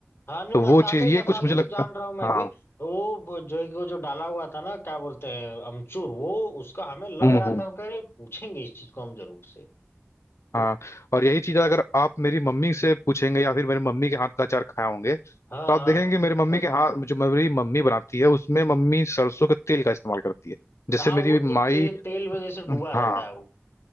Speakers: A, on the left; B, on the left.
A: हाँ नहीं
B: तो
A: मसाले
B: वो चीज
A: मसाले
B: ये कुछ मुझे
A: तो
B: लगता
A: जान रहा हूँ मैं
B: हाँ
A: भी वो ब- जो है कि वो जो डाला हुआ था ना क्या बोलते हैं अमचूर वो उसका हमें लग
B: हम्म
A: रहा
B: हम्म
A: था कि पूछेंगे इस चीज को हम जरूर से
B: हाँ और यही चीज अगर आप मेरी मम्मी से पूछेंगे या फिर मेरी मम्मी के हाथ का अचार खाए होंगे
A: हाँ
B: तो
A: हाँ
B: आप देखेंगे मेरी मम्मी के हाथ जो मेरी मम्मी बनाती है उसमें मम्मी सरसों के तेल का इस्तेमाल करती है जैसे
A: हाँ वो
B: मेरी माई
A: तो ते, तेल में जैसे डूबा
B: हाँ
A: रहता है वो